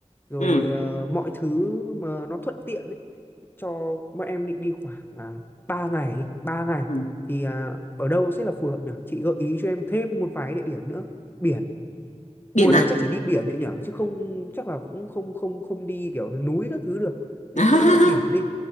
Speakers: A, on the left (about 15°); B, on the left (about 75°).
A: rồi
B: Ừ,
A: ờ, mọi thứ mà nó thuận tiện ấy cho bọn em định đi khoảng à, 3 ngày, 3 ngày
B: ừ.
A: thì à, ở đâu sẽ là phù hợp được? Chị gợi ý cho em thêm một vài địa điểm nữa. Biển
B: Biển
A: mùa này
B: à?
A: chắc chỉ đi biển đấy nhở chứ không chắc là cũng không không không đi kiểu núi các thứ được nên
B: <laughs>
A: có lẽ là biển đi